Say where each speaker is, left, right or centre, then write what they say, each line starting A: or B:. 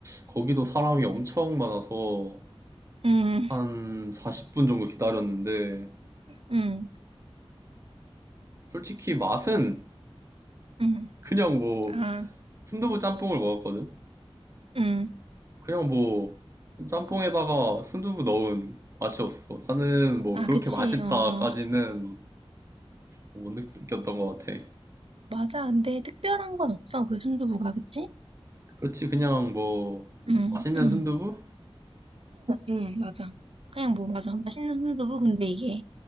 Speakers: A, on the right; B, on the right.
A: 거기도 사람이 엄청 많아서
B: 응,
A: 한 40분 정도 기다렸는데,
B: 응,
A: 솔직히 맛은
B: 응.
A: 그냥 뭐
B: 아,
A: 순두부 짬뽕을 먹었거든.
B: 응.
A: 그냥 뭐 짬뽕에다가 순두부 넣은 맛이었어. 나는 뭐
B: 아,
A: 그렇게
B: 그치.
A: 맛있다까지는
B: 어, 어.
A: 뭐 못 느꼈던 것 같아.
B: 맞아. 근데 특별한 건 없어. 그 순두부가, 그치?
A: 그렇지 그냥 뭐
B: 응,
A: 맛있는
B: 응.
A: 순두부?
B: 응, 맞아. 그냥 뭐, 맞아. 맛있는 순두부. 근데 이게